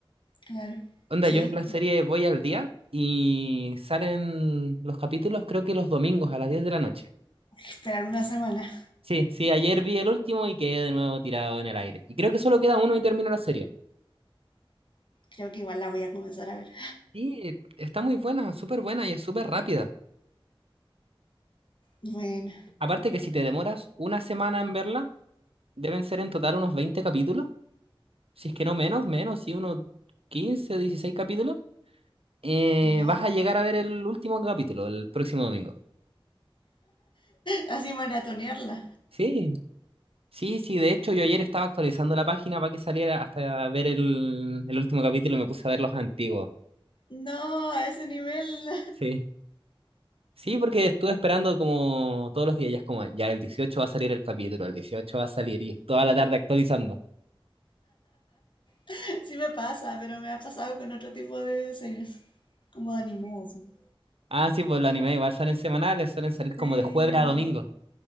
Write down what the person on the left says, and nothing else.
claro.
Sí,
esperar una semana.
Creo que igual la voy a comenzar a ver.
Bueno,
ya.
Así maratonearla.
No, a ese nivel
<laughs> sí me pasa, pero me ha pasado con otro tipo de series, como de anime, así.
Sí.